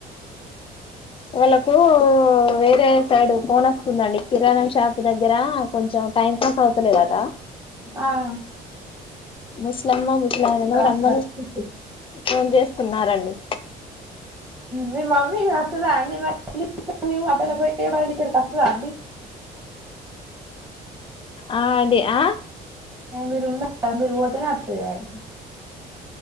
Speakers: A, on the left; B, on the right.
A: వాళ్ళలకు వేరే. సడు ఫోన్ వస్తుందండి కిరాణ షాప్. దగ్గర కొంచెం టైం పాస్ అవుతలేదాట.
B: ఆహ్.
A: ముసలమ్మ, ముస్లివాళ్లను రమ్మని
B: అండి వాళ్ళకి?
A: ఫోన్ చేస్తున్నారండి.
B: మీ మమ్మీ వస్తదా అండి మరి మీ మాటల పోయే వాళ్ళ ఇక్కడికి వస్తదా అండి.
A: ఆహ్ అదే ఆహ్.
B: మీరు ఉన్న కా మీరు పోతేనే వస్తదాయే.